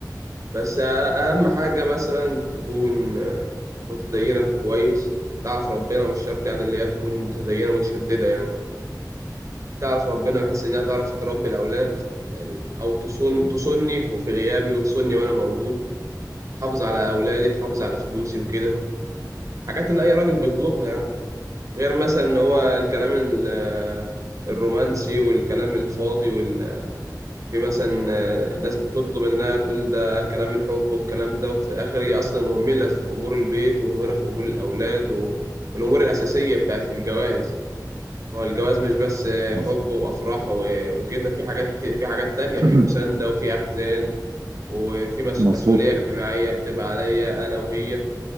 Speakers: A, on the right; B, on the right.
A: بس أهم حاجة مثلا تكون آه، متدينة كويس تعرف ربنا مش شرط يعني اللي هي تكون متدينة متشددة يعني تعرف ربنا بحيث إنها تعرف تربي الأولاد ال- أو تصون تصوني وفي غيابي وتصوني وأنا موجود تحافظ على أولادي تحافظ على فلوسي وكده حاجات اللي أي راجل بيطلبها يعني غير مثلا إن هو الكلام ال- آه، الرومانسي والكلام الفاضي وال في مثلا آه، ناس بتطلب انها تقول ده كلام الحب والكلام ده وفي الاخر هي اصلا مهمله في امور البيت ومهمله في امور الاولاد و- والامور الاساسيه بتاعت الجواز هو الجواز مش بس آه،
B: مظ-
A: حب وافراح و- وكده في حاجات في حاجات تانية
B: <clears throat>
A: في مسانده وفي احزان وفي مس-
B: مظبوط
A: مسؤوليه اجتماعيه بتبقى عليا انا وهي